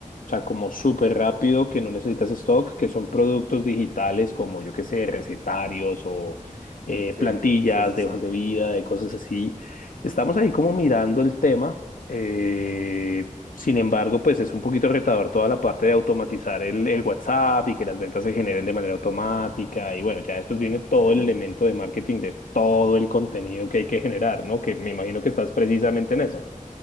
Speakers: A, on the left (about 85°); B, on the right (about 70°).
A: O sea, como súper
B: ok.
A: rápido, que no necesitas stock, que son productos digitales como, yo qué sé, recetarios o eh,
B: Sí,
A: plantillas
B: sí, sí, sí.
A: de hojas de vida,
B: Sí,
A: de cosas así. Estamos
B: sí,
A: ahí como mirando el tema eh, sin embargo, pues es un poquito retador toda la parte de automatizar el, el WhatsApp y que las ventas se generen de manera automática. Y bueno, ya después viene todo
B: sí.
A: el elemento de marketing de todo el contenido que hay que generar, ¿no? Que me imagino que estás precisamente en eso.